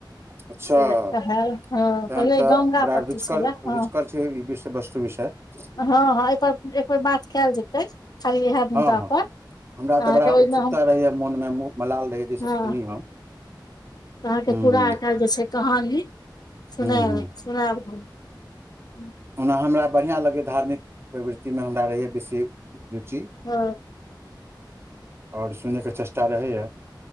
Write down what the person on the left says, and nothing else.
से
कहल हँ पहिले
गंगा
पट्टी
छलए हँ
हँ हँ एहिपर एक बेर बात कयल जेतै खाली इएह मुद्दा
पर
अहाँके
ओहिमे
हम
हँ
तऽ अहाँके
पूरा आ काल्हि जे छै कहानी सुनैल
सुनायब हम हूँ
ओ